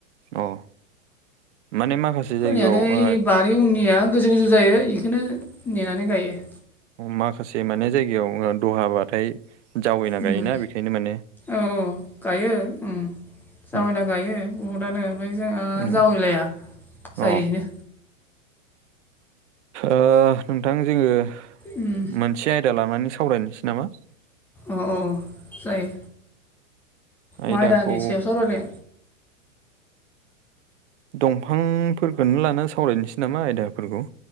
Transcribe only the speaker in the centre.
फोनायानो ओइ
बारि उननिया गोजौ गोजौ जायो बेखौनो नेनानै गायो।
उम
औ औ गायो उम जावैना
गायो बहुदानो ओमफ्राय जोंहा
जावैलाया जायैनो
उम
अ औ जायो।
मा आयदानि सायाव सावरायनो?